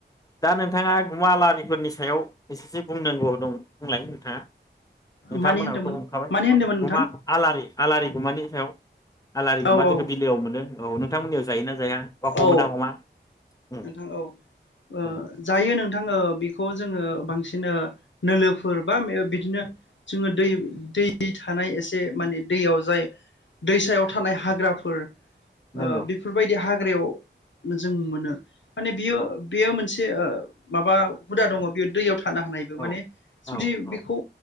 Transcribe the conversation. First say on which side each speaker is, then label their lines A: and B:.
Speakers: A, on the left; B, on the left.
A: दा नोंथाङागुमालारि फोरनि सायाव एसेसो बुंनांगौ दं बुंलाय नोंथाङा नोंथांमोनहाबोथ'
B: मानि होनदोंमोन
A: हमखाबाय
B: मानि होनदोंमोन
A: गुमा
B: नोंथां
A: आलारि आलारि गुमानि सायाव आलारि
B: औ
A: गुमा
B: औ
A: जोङो बिलोआव मोनो औ नोंथांमोननियाव जायोना जाया बा हमो
B: औ
A: ना हमा उम
B: नोंथां औ ओ
A: उम
B: जायो नोंथां औ बिखौ जोङो बांसिनो नोलोफोर बा बिदिनो जोङो दै दै थानाय एसे माने दैयाव जाय दैसायाव थानाय हाग्राफोर ओ
A: नंगौ
B: बेफोरबायदि हाग ग्रेव जों मोनो माने बियो
A: औ
B: बियो मोनसे बे ओ माबा हुदा दङ बेयो दैयाव थ खाना होनायबो माने
A: औ
B: जुदि
A: औ औ
B: बेखौ